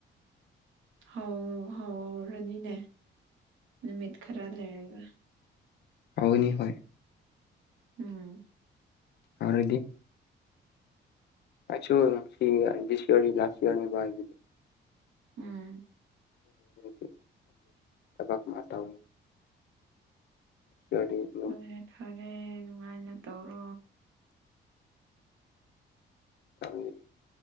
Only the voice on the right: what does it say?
ꯍꯥꯎ ꯍꯥꯎ ꯔꯅꯤꯅꯦ ꯅꯨꯃꯤꯠ ꯈꯔ ꯂꯩꯔꯒ
ꯎꯝ
ꯎꯝ
ꯐꯔꯦ ꯐꯔꯦ ꯅꯨꯡꯉꯥꯏꯅ ꯇꯧꯔꯣ